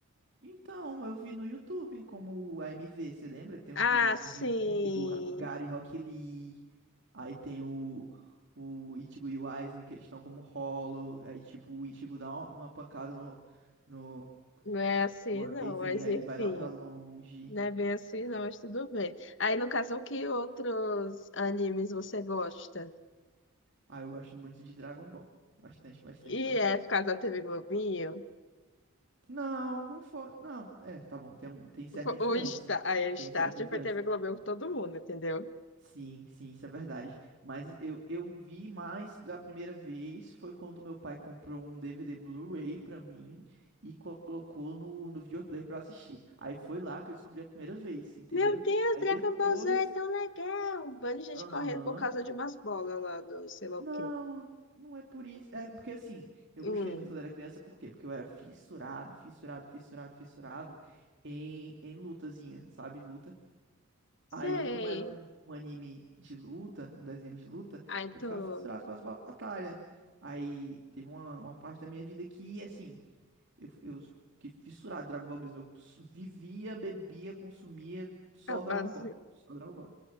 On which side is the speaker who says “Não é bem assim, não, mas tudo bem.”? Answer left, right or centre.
Left